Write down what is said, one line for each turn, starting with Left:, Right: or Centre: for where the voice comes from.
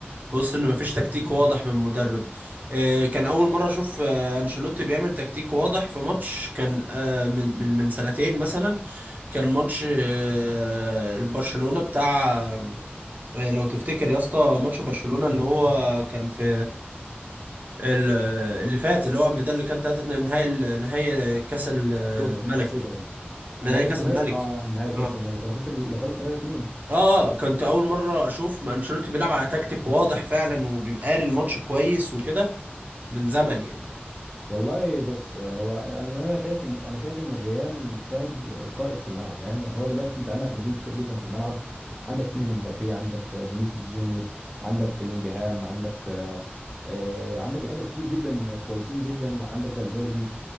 Right: في وسط ان مفيش تكتيك واضح من مدرب آه، كان اول مره اشوف آه، انشيلوتي بيعمل تكتيك واضح في ماتش كان آه، من من من سنتين مثلا كان ماتش آه، برشلونه بتاع لو تفتكر يا اسطى ماتش برشلونة اللي هو كان في ال- اللي فات اللي هو قبل ده اللي كان 3 نهائي ال- نهائي كاس ال-
Centre: السوبر
Right: الملك
Centre: السوبر
Right: نهائي
Centre: نهائي كاس
Right: كاس
Centre: الملك
Right: الملك
Centre: اه نهائي كاس
Right: اه
Centre: الملك اللي خسر اللي خلص 3 2
Right: اه كنت اول مره اشوف ما انشيلوتي بيلعب على تكتيك واضح فعلا وبيبقى قاري الماتش كويس وكده من زمن يعني
Centre: والله بص هو انا اللي انا شايف ان انا شايف ان الريال محتاج قائد في الملعب يعني هو دلوقتي انت عندك نجوم كتير جدا في الملعب عندك كيليان امبابي عندك فينيسيوس جونيور عندك بلينجهام عندك آه، آه، عندك لعيبه كتير جدا كويسين جدا وعندك فالفيردي